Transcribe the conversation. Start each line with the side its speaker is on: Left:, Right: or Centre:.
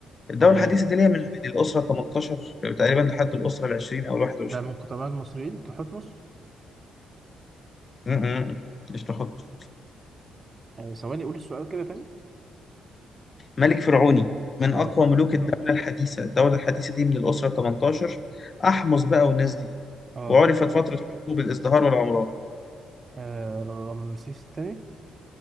Left: الدولة
Right: آه
Left: الحديثة دي اللي هي من من الأسرة 18 تقريبا لحد الأسرة ال 20 أو ال 21
Right: ده من قدماء المصريين تحتمس
Left: م- م- م. مش تحط
Right: آه ثواني قول السؤال كده تاني
Left: ملك فرعوني من
Right: اه
Left: أقوى ملوك الدولة الحديثة الدولة الحديثة دي من الأسرة 18 أحمس بقى والناس دي
Right: اه
Left: وعرفت فترة حكمه بالازدهار والعمران
Right: آه، رمسيس التاني